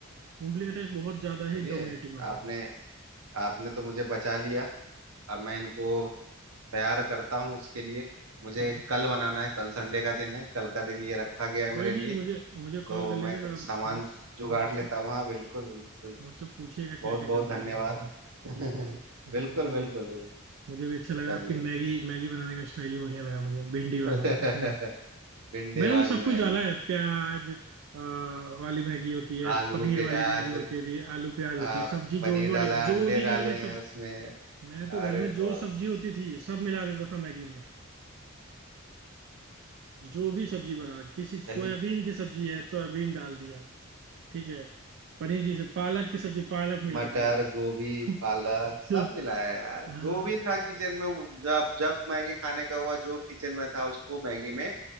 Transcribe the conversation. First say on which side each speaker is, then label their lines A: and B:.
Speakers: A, on the right; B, on the right.
A: मूंगफली का टेस्ट बहुत ज्यादा
B: चलिए
A: ही डोमिनेटिंग होता
B: आपने
A: है
B: आपने तो मुझे बचा लिया अब मैं इनको तैयार करता हूँ उसके लिए मुझे
A: ठीक है
B: कल बनाना है कल संडे का दिन है कल का दिन ये रखा गया है
A: कोई
B: मेरे
A: नहीं
B: लिए
A: मुझे मुझे
B: तो
A: कॉल कर लीजिएगा
B: मैं कुछ
A: और
B: सामान
A: मुझ
B: जुगाड़
A: मुझसे
B: लेता हूँ हाँ बिल्कुल बिल्कुल
A: मुझसे पूछिएगा क्या
B: बहुत
A: क्या
B: बहुत
A: करना
B: धन्यवाद
A: है तो मैं बता दूँ।
B: <laughs> बिल्कुल
A: ठीक है ठीक है <laughs> मुझे
B: बिल्कुल
A: भी
B: बिल्कुल
A: मुझे भी अच्छा लगा
B: चलिए
A: आपकी मैगी मैगी बनाने का स्टाइल भी बढ़िया लगा मुझे भिंडी वाला
B: <laughs>
A: हम्म।
B: भिंडी
A: मैंने तो
B: वाली
A: सब
B: मैगी
A: कुछ डाला है प्याज अ, वाली मैगी होती है
B: आलू
A: पनीर
B: प्याज
A: वाली मैगी होती थी आलू प्याज होती
B: आ,
A: है सब्जी जो
B: पनीर
A: भी बड़ी
B: डाला
A: जो
B: अंडे
A: भी घर
B: डाले
A: में सब
B: हैं उसमें
A: मैं तो
B: अरे
A: घर में जो
B: बहुत
A: सब्जी
B: कुछ
A: होती थी सब मिला देता था मैगी में जो भी सब्जी बना किसी सोयाबीन
B: चलिए
A: की सब्जी है सोयाबीन डाल दिया ठीक है पनीर की पालक की सब्जी पालक मिला
B: मटर
A: दिया
B: गोभी
A: <laughs>
B: पालक
A: जो
B: सब मिलाया यार
A: हाँ
B: जो भी था किचन में जब जब मैगी खाने का हुआ जो किचन में था उसको मैगी में